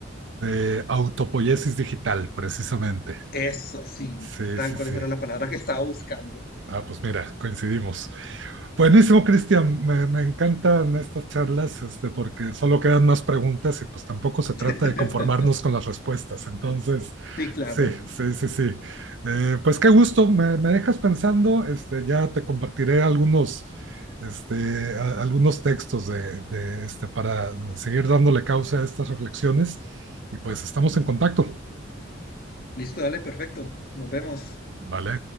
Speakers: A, on the right; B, on the left.
A: de autopoiesis digital, precisamente.
B: Eso sí,
A: Sí,
B: tal
A: sí,
B: cual
A: sí.
B: esa era la palabra que estaba buscando.
A: Ah, pues mira, coincidimos. Buenísimo, Cristian. Me, me encantan estas charlas, este, porque solo quedan más preguntas y pues tampoco se trata
B: <laughs>
A: de conformarnos con las respuestas. Entonces,
B: Sí, claro.
A: sí, sí, sí, sí. Eh, pues qué gusto, me, me dejas pensando. Este, ya te compartiré algunos, este, a- algunos textos de, de, este, para seguir dándole causa a estas reflexiones. Y pues estamos en contacto.
B: Listo, dale, perfecto. Nos vemos.
A: Vale.